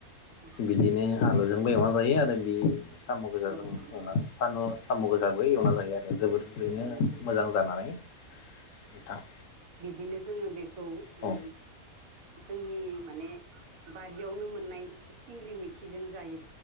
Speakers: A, on the right; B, on the left.
A: औ
B: बिदिनो आलु जोंबो एवना जायो आरो बि साम' गोजाजों
A: औ
B: ओंख्रि
A: नोंथां
B: संनानै सानदु साम' गोजाबो एवना जायो आर जोबोदरैनो
A: औ नोंथां
B: मोजां जानानै <unintelligible>
A: बिदिनो जोङो बेखौ
B: औ
A: ओ जोंनि माने बारियावनो मोननाय सिंग्रि मैखिजों जायो